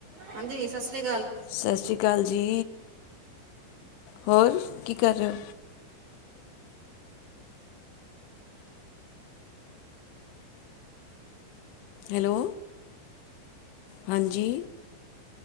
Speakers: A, on the right; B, on the left.
A: ਹਾਂਜੀ ਸਤਿ ਸ਼੍ਰੀ ਅਕਾਲ
B: ਸਤਿ ਸ਼੍ਰੀ ਅਕਾਲ ਜੀ। ਹੋਰ ਕੀ ਕਰ ਰਹੇ ਹੋ? ਹੈਲੋ। ਹਾਂਜੀ